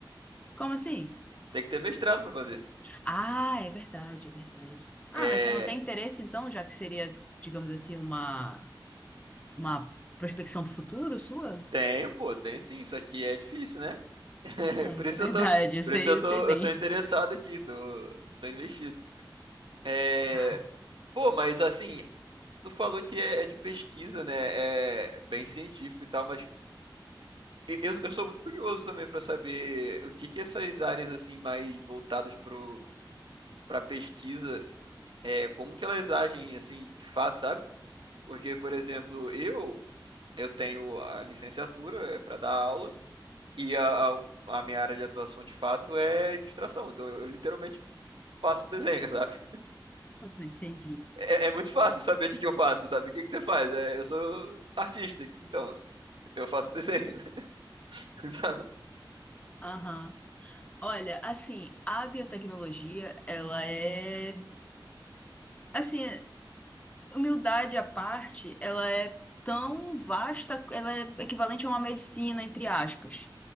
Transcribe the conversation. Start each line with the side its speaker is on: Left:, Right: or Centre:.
Left: Como assim?
Right: Tem que ter mestrado para fazer.
Left: Ah, é verdade, é verdade. Ah,
Right: É,
Left: mas você não tem interesse então, já que seria, digamos assim, uma, uma prospecção para o futuro sua?
Right: tenho, pô, tenho sim, isso aqui é difícil, né? <laughs>
Left: É,
Right: Por
Left: isso
Right: isso
Left: é verdade,
Right: eu tô,
Left: eu
Right: por
Left: sei,
Right: isso eu
Left: eu
Right: tô,
Left: sei bem.
Right: eu tô interessado aqui, tô, tô investido. É,
Left: <laughs>
Right: pô, mas assim, tu falou que é, é de pesquisa, né? É bem científico e tal, mas eu, eu eu sou muito curioso também pra saber o que que essas áreas assim mais voltadas pro para pesquisa, é, como que elas agem assim, de fato, sabe? Porque, por exemplo, eu eu tenho a licenciatura, é para dar aula E a, a, a minha área de atuação de fato é ilustração. Então eu, eu literalmente faço desenho, <laughs> sabe?
Left: Entendi.
Right: É, é muito fácil saber o que que eu faço, sabe? O que que você faz? É, eu sou artista, então eu faço desenho, <laughs> sabe?
Left: Aham. Olha, assim, a biotecnologia, ela é. Assim, Humildade à parte, ela é tão vasta, ela é equivalente a uma medicina, entre aspas.